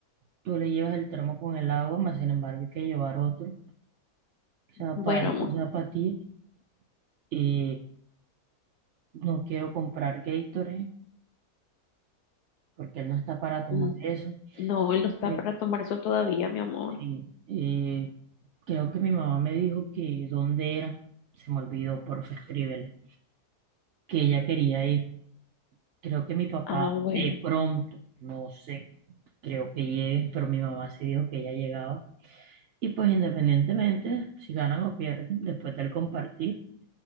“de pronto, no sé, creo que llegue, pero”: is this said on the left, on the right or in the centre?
Right